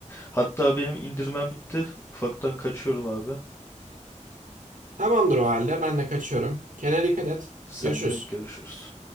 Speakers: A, on the left; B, on the right.
A: Hatta benim indirmem bitti. Ufaktan kaçıyorum abi.
B: Tamamdır o halde. Ben de kaçıyorum. Kendine dikkat et.
A: Sen
B: Görüşürüz.
A: de görüşürüz.